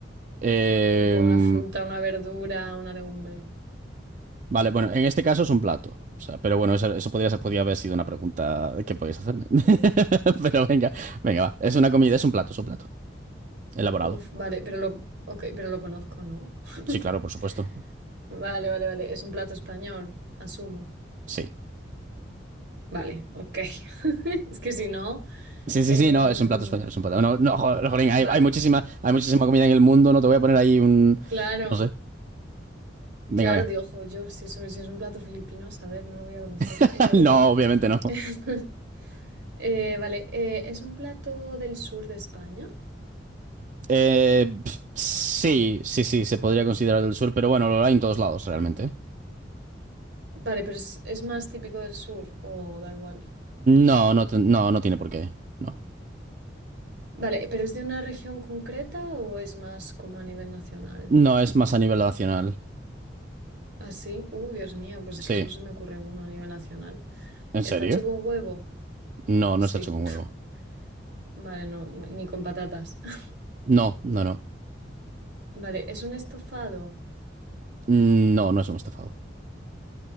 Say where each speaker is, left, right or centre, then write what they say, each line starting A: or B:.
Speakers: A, on the right; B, on the right.
A: Em,
B: Tipo una fruta, una verdura, una legumbre.
A: vale, bueno, en este caso es un plato. O sea, pero bueno, eso, eso podría, ser- podría haber sido una pregunta que podías hacerme. <laughs> Pero venga, venga, va. Es una comida, es un plato, es un plato. Elaborado.
B: Uf, vale, pero lo, ok, pero lo conozco, ¿no? <laughs>
A: Sí, claro, por supuesto.
B: Vale, vale, vale. Es un plato español, asumo.
A: Sí.
B: Vale, ok. <laughs> Es que si no.
A: Sí, sí,
B: em,
A: sí, no, es un plato español, es un plato. No, no, jo- jolín,
B: vale,
A: hay, hay muchísima, hay muchísima comida en el mundo, no te voy a poner ahí un,
B: claro.
A: no sé. Venga,
B: Claro,
A: venga.
B: digo, "Jo, yo, si es, si es un plato filipino, a saber, no lo voy a conocer.
A: <laughs>
B: Eh, ok.
A: No, obviamente no.
B: <laughs> Eh, vale, eh, ¿es un plato del sur de España?
A: Eh, pf, sí, sí, sí, se podría considerar del sur, pero bueno, lo hay en todos lados realmente.
B: Vale, pero es, es más típico del sur o da igual.
A: No, no, te- no, no tiene por qué. No.
B: Vale, ¿pero es de una región concreta o es más como a nivel nacional?
A: No es más a nivel nacional.
B: Así, uh, Dios mío, pues
A: Sí.
B: es que solo se me ocurre uno a nivel nacional.
A: ¿En
B: ¿Está
A: serio?
B: hecho con huevo?
A: No,
B: Sí.
A: no está hecho con
B: <laughs>
A: huevo.
B: Vale, no, ni con patatas. <laughs>
A: No, no, no.
B: Vale, ¿es un estofado?
A: Mm, No, no es un estofado.